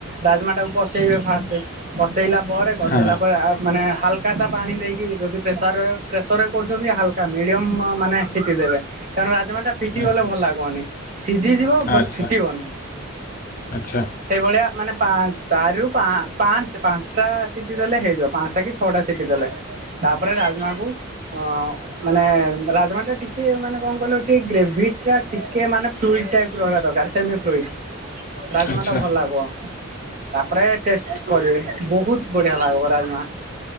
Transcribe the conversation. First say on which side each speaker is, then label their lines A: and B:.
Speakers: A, on the right (about 40°); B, on the left (about 40°).
A: ରାଜମା ଟାକୁ କସେଇବେ ଫାଷ୍ଟ କସେଇଲା ପରେ କସେଇଲାପରେ
B: ହଁ
A: ଆ ମାନେ ହାଲ କାସା ପାଣି ଦେଇକି ଯଦି ପ୍ରେସରେ ପ୍ରେସର୍ରରେ କରୁଛନ୍ତି ହାଲକା ମିଡ଼ିୟମ୍ ମାନେ ସିଟି ଦେବେ। କାରଣ ରାଜ ଜମା ଟା ଫିଟି
B: ଆଚ୍ଛା
A: ଗଲେ ଭଲ ଲାଗିବନି ସିଝିଯିବ ବଟ
B: ଆଚ୍ଛା
A: ଫିଟିବନି
B: ଆଚ୍ଛା
A: ସେଇଭଳିଆ ମାନେ ପାଞ୍ଚରୁ ଚାର୍ ରୁ ପାଞ୍ଚ ପାଞ୍ଚଟା ସିଟି ଦେଲେ ହେଇଯିବ ପାଞ୍ଚଟା କି ଛଅଟା ସିଟି ଦେଲେ। ତାପରେ ରାଜମା କୁ ଅ ମାନେ ରାଜମା ଟା ଟିକେ ମାନେ ଙ୍ଗଲ ଟି ଗ୍ରେଭି ଟା ଟିକେ ମାନେ ଫ୍ରୁଇଡି ଟାଇପ ରହିବା ଦରକାର ସେମି ଫୁଇସି। ରାଜମା
B: ଆଚ୍ଛା
A: ଟା ଭଲ ଲାଗବ। ତାପରେ ଟେଷ୍ଟ କରିବେ ବହୁତ ବଢିଆ ଲାଗବ ରାଜମା।